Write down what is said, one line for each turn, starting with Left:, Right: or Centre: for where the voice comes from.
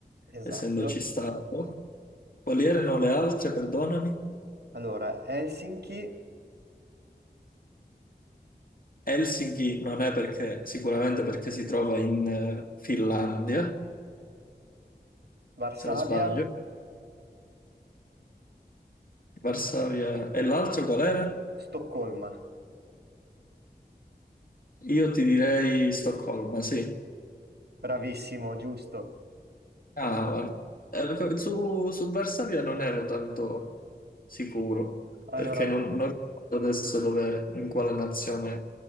Right: Esatto.
Left: essendoci stato. Quali erano le altre, perdonami?
Right: Allora, Helsinki,
Left: Helsinki non è perché, sicuramente perché si trova in eh, Finlandia,
Right: Varsavia,
Left: se non sbaglio. Varsavia.
Right: no.
Left: E l'altra qual era?
Right: Stoccolma.
Left: Io ti direi Stoccolma, sì.
Right: Bravissimo, giusto.
Left: Ah, eh, perché su, su Varsavia non ero tanto sicuro,
Right: Allora,
Left: perché non, non ricordo adesso dove, in quale nazione